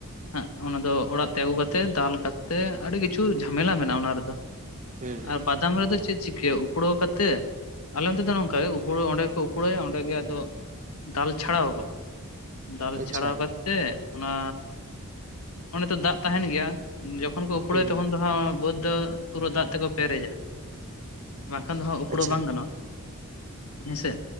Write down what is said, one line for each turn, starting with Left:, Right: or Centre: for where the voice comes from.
Left: ᱦᱟᱸᱜ ᱚᱱᱟ ᱫᱚ ᱚᱲᱟᱜ ᱛᱮ ᱟᱹᱜᱩ ᱠᱟᱛᱮᱜ ᱫᱟᱞ ᱠᱟᱛᱮᱜ ᱟᱹᱰᱤ ᱠᱤᱪᱷᱩ ᱡᱷᱟᱢᱮᱞᱟ ᱢᱮᱱᱟᱜᱼᱟ ᱚᱱᱟ ᱨᱮᱫᱚ᱾
Right: ᱦᱩᱸ ᱦᱩᱸ
Left: ᱟᱨ ᱵᱟᱫᱟᱢ ᱨᱮᱫᱚ ᱪᱮᱫ ᱪᱤᱠᱟᱹᱳᱜ ᱩᱯᱲᱟᱹᱣ ᱠᱟᱛᱮᱫ ᱟᱞᱮ ᱚᱱᱛᱮ ᱫᱚ ᱱᱚᱝᱠᱟ ᱩᱯᱲᱣ ᱚᱸᱰᱮ ᱠᱚ ᱩᱯᱲᱟᱹᱭᱟ ᱚᱸᱰᱮ ᱜᱮ ᱟᱫᱚ ᱫᱟᱞ ᱪᱷᱟᱲᱟᱣ ᱚᱠᱚ ᱫᱟᱞ
Right: ᱟᱪᱪᱷᱟ
Left: ᱪᱷᱟᱲᱟᱣ ᱠᱟᱛ ᱛᱮᱜ ᱚᱱᱟ ᱚᱱᱮ ᱛᱚ ᱫᱟᱜ ᱛᱟᱦᱮᱱ ᱜᱮᱭᱟ ᱡᱚᱠᱷᱚᱱ ᱠᱚ ᱩᱯᱲᱟᱹᱭᱟ
Right: ᱦᱩᱸ
Left: ᱛᱚᱠᱷᱚᱱ ᱫᱚ ᱦᱚᱸ ᱵᱟᱹᱫᱽ ᱫᱚ ᱯᱩᱨᱟᱹ ᱫᱟᱜ ᱛᱮᱠᱚ ᱯᱮᱨᱮᱡᱟ᱾ ᱵᱟᱝᱠᱷᱟᱱ ᱫᱚ ᱦᱟᱸᱜ ᱩᱯᱲᱩ
Right: ᱟᱪᱪᱷᱟ
Left: ᱵᱟᱝ ᱜᱟᱱᱚᱜᱼᱟ ᱦᱮᱸᱥᱮ